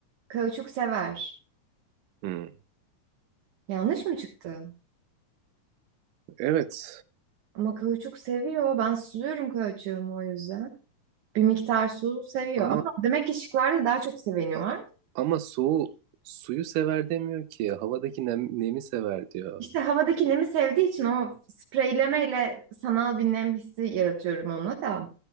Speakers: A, on the right; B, on the right.
A: Kauçuk sever.
B: Hmm.
A: Yanlış mı çıktı?
B: Evet.
A: Ama kauçuk seviyor. Ben suluyorum kauçuğumu o yüzden. Bir miktar su seviyor.
B: Ama
A: Ama demek ki şıklarda daha çok seveni
B: a-
A: var.
B: ama soğu suyu sever demiyor ki. Havadaki nem- nemi sever diyor.
A: İşte havadaki nemi sevdiği için o spreylemeyle sanal bir nem hissi yaratıyorum ona da.